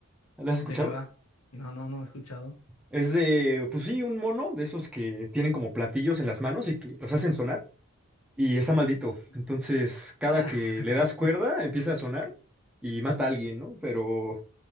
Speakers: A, in the centre; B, on the left.
A: ¿La has escuchado?
B: ¿De qué va? No, no, no he escuchado.
A: Es de, pues sí, un mono de esos que tienen como platillos en las manos y que los hacen sonar y está maldito.
B: Ujú.
A: Entonces, cada
B: Ah,
A: que
B: <laughs>
A: le das cuerda empieza a sonar y mata a alguien, ¿no? Pero